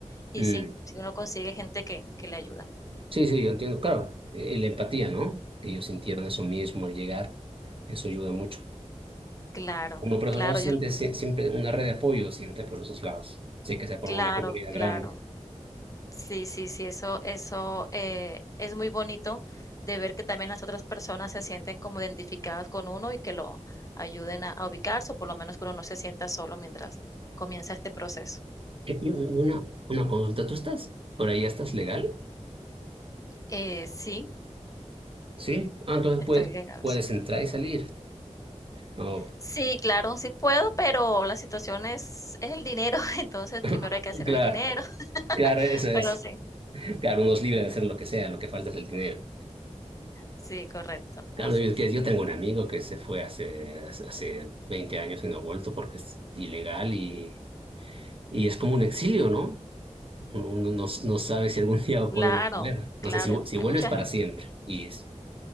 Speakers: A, on the left; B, on the right.
A: Y
B: Mm.
A: sí, si uno consigue gente que, que le ayuda.
B: Sí, sí, yo entiendo. Claro, eh, la empatía, ¿no? Que ellos sintieron eso mismo al llegar, eso ayuda mucho.
A: Claro,
B: Uno por esos
A: claro.
B: lados siente
A: Yo,
B: sie- siempre una red de apoyo, siente por esos lados. Sé que se forma
A: Claro,
B: una comunidad
A: claro.
B: grande.
A: Sí, sí, sí, eso eso, eh, es muy bonito de ver que también las otras personas se sienten como identificadas con uno y que lo ayuden a a ubicarse, o por lo menos que uno no se sienta solo mientras comienza este proceso.
B: Eh, Y un- y una, una consulta, ¿tú estás por ahí, estás legal?
A: Eh, sí,
B: Sí. Ah, entonces
A: estoy
B: puede-
A: legal,
B: puedes
A: sí.
B: entrar y salir. No,
A: Sí, claro, sí puedo, pero la situación es es el dinero, <laughs> entonces
B: <laughs>
A: primero hay que hacer
B: claro,
A: el dinero, <laughs>
B: claro, eso es.
A: pero sí,
B: Claro, uno es libre de hacer lo que sea, lo que falta es el dinero.
A: sí, correcto,
B: Claro,
A: así
B: yo,
A: es.
B: que- yo tengo un amigo que se fue hace, hace 20 años y no ha vuelto porque es ilegal y Y es como un exilio, ¿no? Uno no, no sabe si algún <laughs> día
A: Claro,
B: podré volver.
A: claro,
B: No sé si, vu- si
A: hay
B: vuelves
A: mucha
B: para
A: gente.
B: siempre y es,